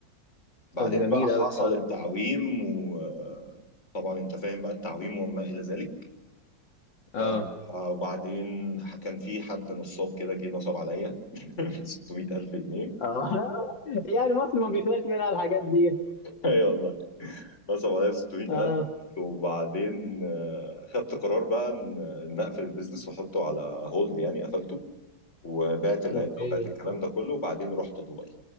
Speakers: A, on the left; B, on the left.
A: بعدين
B: طب جميل
A: بقى
B: قوي
A: حصل
B: الكلام
A: التعويم
B: ده
A: وطبعا انت فاهم بقى التعويم وما الى ذلك
B: اه
A: ف وبعدين كان في حد نصاب كده جه نصب عليا <laughs> ب 600000 جنيه
B: اه <laughs> يعني مصر ما بيخلاش منها الحاجات دي
A: اي والله نصب عليا ب 600000
B: اه
A: وبعدين آه، خدت قرار بقى ان إن اقفل البيزنس واحطه على هولد يعني قفلته وبعت العده
B: اوكي
A: وبعت الكلام ده كله وبعدين رحت دبي